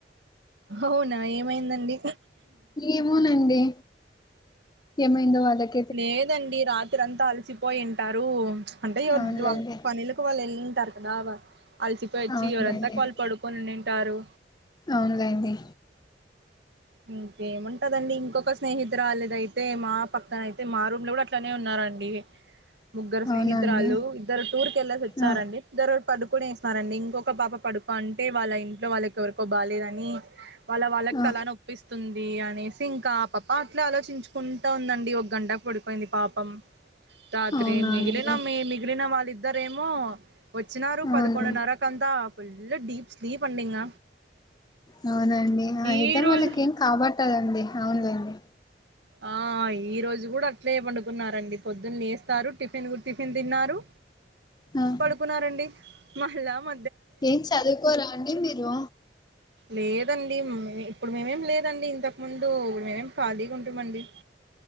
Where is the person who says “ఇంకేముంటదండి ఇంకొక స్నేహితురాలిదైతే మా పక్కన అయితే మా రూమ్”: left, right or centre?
Right